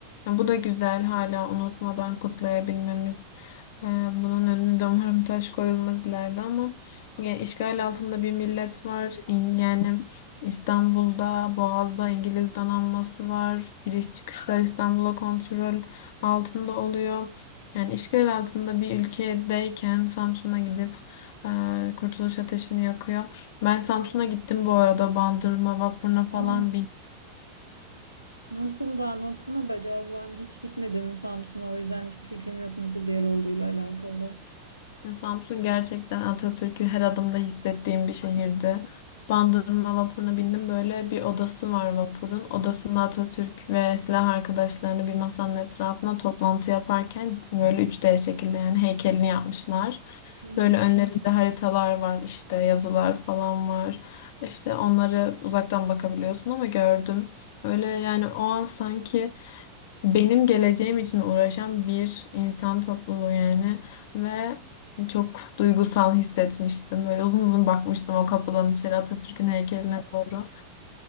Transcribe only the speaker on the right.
Aa,
Nasıl da anlatsana be Caz. Ben hiç gitmedim Samsun'a. O yüzden hiçbir fikrim yok nasıl bir yer olduğuyla alakalı.
<laughs>
Hmm.